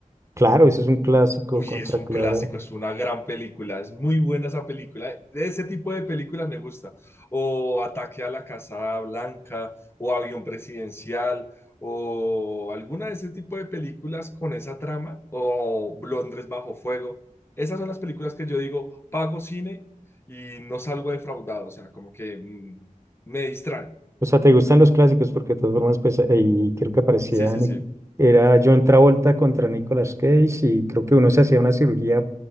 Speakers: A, on the right; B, on the left.
A: Claro, eso es un clásico
B: Uy,
A: contra
B: es un
A: Clara.
B: clásico, es una gran película, es muy buena esa película. Ese tipo de películas me gusta. O Ataque a la Casa Blanca, o Avión Presidencial, o alguna de ese tipo de películas con esa trama, o Londres bajo fuego. Esas son las películas que yo digo, pago cine y no salgo defraudado, o sea, como que mm, me distraen.
A: O sea, ¿te gustan los clásicos? Porque de todas formas, pues ahí creo que aparecía,
B: Sí, sí,
A: Nic-
B: sí.
A: era John Travolta contra Nicolas Cage y creo que uno se hacía una cirugía,